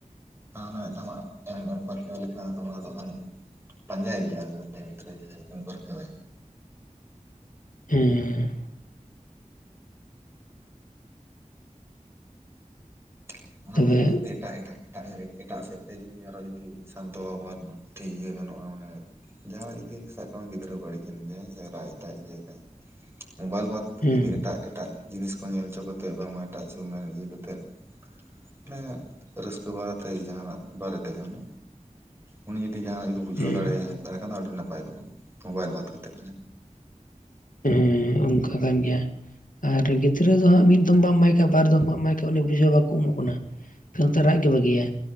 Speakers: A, on the right (about 20°); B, on the left (about 90°).
A: <inaudible> ᱯᱟᱡᱟ ᱜᱮᱭᱟ ᱟᱨ ᱜᱤᱫᱽᱨᱟᱹ ᱡᱩᱫᱤᱢ ᱯᱟᱨᱠᱟᱣᱮᱭᱟ᱾
B: ᱦᱮ
A: <unintelligible>
B: ᱛᱚᱵᱮ
A: ᱮᱴᱟᱜ ᱮᱴᱟᱜ ᱮᱴᱟᱜ ᱮᱴᱟᱜ ᱥᱮᱫ ᱛᱮ ᱡᱩᱫᱤ ᱟᱨᱚ ᱡᱩᱫᱤ ᱥᱟᱱᱛᱚᱵ ᱴᱷᱤᱠ ᱤᱭᱟᱹ ᱜᱟᱱᱚᱜᱼᱟ ᱢᱟᱱᱮ ᱡᱟᱦᱟᱸᱭ ᱡᱩᱫᱤ ᱥᱟᱵ ᱠᱟᱜ ᱢᱮ ᱜᱤᱫᱽᱨᱟᱹ ᱵᱟᱹᱲᱤᱡ ᱮᱱ ᱜᱮᱭᱟᱭ ᱨᱟᱜᱮᱫᱟᱭ ᱤᱭᱟᱹᱭᱮᱫᱟᱭ ᱢᱳᱵᱟᱭᱤᱞ ᱵᱟᱫ ᱠᱟᱛᱮᱫ
B: ᱦᱮᱸ
A: ᱡᱩᱫᱤ ᱮᱴᱟᱜ ᱮᱴᱟᱜ ᱡᱤᱱᱤᱥ ᱠᱚ ᱧᱮᱞ ᱚᱪᱚ ᱠᱟᱛᱮᱫ ᱵᱟᱝᱢᱟ ᱮᱴᱟᱜ ᱦᱚᱪᱚ ᱢᱮ ᱤᱭᱟᱹ ᱠᱟᱛᱮᱫᱼᱼ ᱢᱟᱱᱮ ᱨᱟᱹᱥᱠᱟᱹ ᱵᱟᱨᱟᱛᱮ ᱡᱟᱦᱟᱱᱟᱜ ᱵᱟᱨᱮ ᱛᱮᱜᱮ ᱢᱟᱱᱮ ᱩᱱᱤ ᱡᱩᱫᱤ ᱡᱟᱦᱱᱟᱜ ᱡᱩᱫᱤ ᱵᱩᱡᱷᱟᱹᱣ
B: ᱦᱮᱸ
A: ᱫᱟᱲᱮᱭᱟᱢ ᱛᱟᱦᱞᱮ ᱠᱷᱟᱱ ᱫᱚ ᱟᱹᱰᱤ ᱱᱟᱯᱟᱭ ᱠᱚᱣᱟᱜ ᱢᱳᱵᱟᱭᱤᱞ ᱵᱟᱫ ᱠᱟᱛᱮᱮᱫ᱾
B: ᱦᱮᱸ ᱚᱱᱠᱟ ᱠᱟᱱ ᱜᱮᱭᱟ᱾ ᱟᱨ ᱜᱤᱫᱽᱨᱟᱹ ᱫᱚ ᱦᱟᱸᱜ ᱢᱤᱫ ᱫᱚᱢ ᱵᱟᱢ ᱮᱢᱟᱭ ᱠᱷᱟᱡ ᱵᱟᱨ ᱫᱚᱢ ᱵᱟᱢ ᱮᱢᱟᱭ ᱠᱷᱟᱱ ᱩᱱᱤ ᱵᱩᱡᱷᱟᱹᱣ ᱵᱟᱠᱚ ᱮᱢᱚᱜ ᱠᱟᱱᱟ᱾ ᱮᱠᱟᱞᱛᱮ ᱨᱟᱜ ᱜᱮ ᱵᱟᱹᱜᱤᱭᱟ